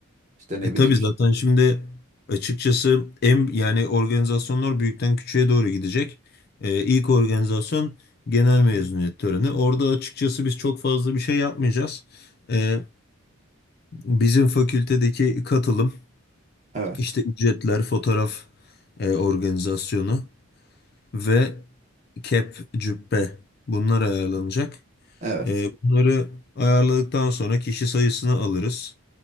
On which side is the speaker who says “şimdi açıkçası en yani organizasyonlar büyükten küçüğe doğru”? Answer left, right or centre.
Left